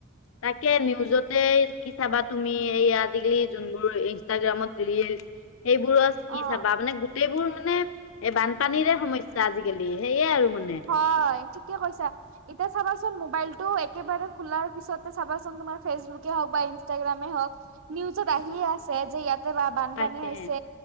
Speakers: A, on the left; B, on the right.
A: তাকে, নিউজতে কি চাবা তুমি এই আজিকালি যোনবোৰ ইনষ্টাগ্ৰামত ৰিলচ- সেইবোৰত-
B: অ',
A: কি চাবা মানে গোটেইবোৰ মানে এ বানপানীৰে সমস্যা আজিকালি, সেইয়ে আৰু মানে।
B: হয়, ঠিকে কৈছা। এতিয়া চাবাচোন মোবাইলটো একেবাৰে খোলাৰ পিছতে চাবাচোন তোমাৰ ফেচবুকে হওক বা ইনষ্টাগ্ৰামে হওক। নিউজত আহিয়ে আছে যে ইয়াতে বা- বানপানী
A: তাকে
B: হৈছে,